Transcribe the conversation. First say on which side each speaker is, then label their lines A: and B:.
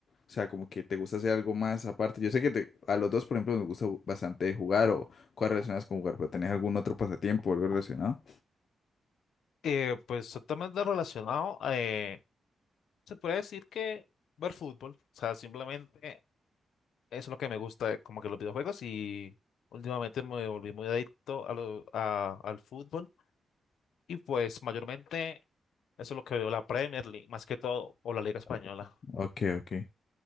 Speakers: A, on the left (about 60°); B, on the left (about 85°).
A: O sea, como que te gusta hacer algo más aparte. Yo sé que te- a los dos, por ejemplo, nos gusta bastante jugar o cosas relacionadas con jugar, pero ¿tenés algún otro pasatiempo o algo relacionado?
B: Eh, pues, totalmente relacionado, eh, se puede decir que ver fútbol, o sea, simplemente es lo que me gusta, como que los videojuegos y últimamente me volví muy adicto a lo- a- al fútbol. Y pues mayormente eso es lo que veo la Premier League, más que todo, o la Liga Española.
A: Ok, ok. ok.